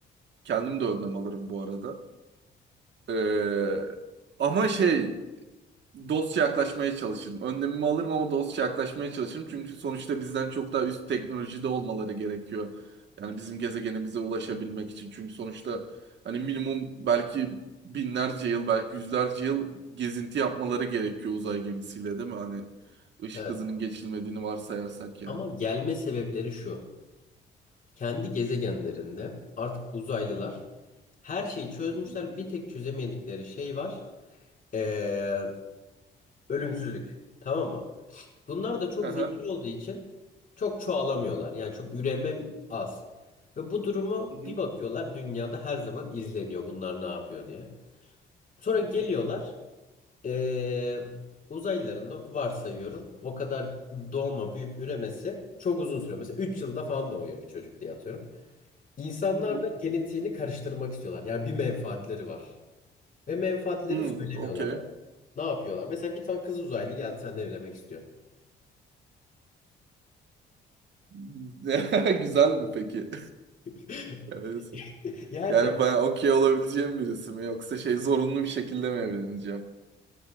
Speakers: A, on the right; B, on the left.
A: Kendim de önlem alırım bu arada. Ee, ama şey dostça yaklaşmaya çalışırım. Önlemimi alırım ama dostça yaklaşmaya çalışırım. Çünkü sonuçta bizden çok daha üst teknolojide olmaları gerekiyor. Yani bizim gezegenimize ulaşabilmek için. Çünkü sonuçta hani minimum belki binlerce yıl, belki yüzlerce yıl gezinti yapmaları gerekiyor uzay gemisiyle değil mi? Hani ışık
B: Evet.
A: hızının geçilmediğini varsayarsak yani.
B: Ama gelme sebepleri şu. Kendi gezegenlerinde artık uzaylılar her şeyi çözmüşler.
A: Hı hı.
B: Bir tek çözemedikleri şey var. Ee, ölümsüzlük. Tamam mı? Bunlar da çok
A: Aha.
B: zeki olduğu için çok çoğalamıyorlar. Yani çok üreme az. Ve bu durumu
A: Hı hı.
B: bir bakıyorlar dünyada her zaman izleniyor bunlar ne yapıyor diye. Sonra geliyorlar
A: Hı hı.
B: ee, uzaylıların da varsayıyorum o kadar doğma büyüyüp üremesi çok uzun sürüyor. Mesela 3 yılda falan doğuyor bir çocuk diye atıyorum. İnsanlarla
A: Hı hı.
B: genetiğini karıştırmak istiyorlar. Yani bir menfaatleri var. Ve menfaatlerini
A: Hmm,
B: söylemiyorlar
A: okey.
B: bak. Ne yapıyorlar? Mesela bir tane kız uzaylı geldi seninle evlenmek istiyor.
A: <laughs> Güzel mi peki?
B: <laughs>
A: <laughs> Evet.
B: Yani
A: Yani bana okey olabileceğim birisi mi yoksa şey zorunlu bir şekilde mi evleneceğim?